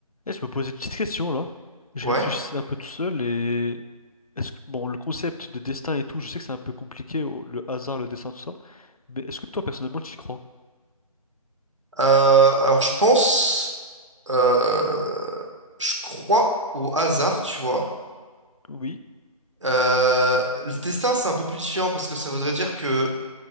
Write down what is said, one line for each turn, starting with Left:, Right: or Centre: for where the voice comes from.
Left: Et je me posais une petite question là. Je
Right: Ouais.
Left: réfléchissais un peu tout seul et est-ce que bon le concept de destin et tout, je sais que c'est un peu compliqué au- le hasard, le destin, tout ça, mais est-ce que toi personnellement tu y crois?
Right: Euh, alors je pense, euh, je crois au hasard, tu vois.
Left: Oui,
Right: Euh, le destin, c'est un peu plus différent parce que ça voudrait dire que,